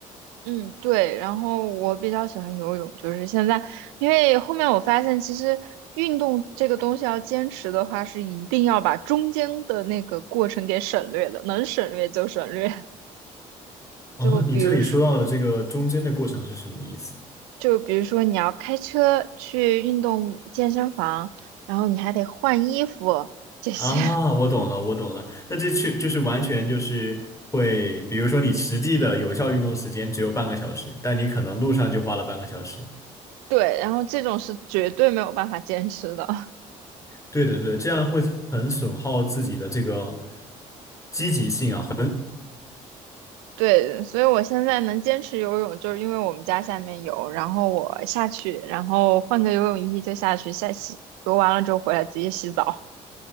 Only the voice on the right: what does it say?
嗯，对，然后我比较喜欢游泳，就是现在，因为后面我发现，其实运动这个东西要坚持的话，是一定要把中间的那个过程给省略的，能省略就省略。<laughs>
就比如说，
就比如说你要开车去运动健身房，然后你还得换衣服这些。
对，然后这种是绝对没有办法坚持的。<laughs>
对，所以我现在能坚持游泳，就是因为我们家下面有，然后我下去，然后换个游泳衣就下去下洗，游完了之后回来直接洗澡。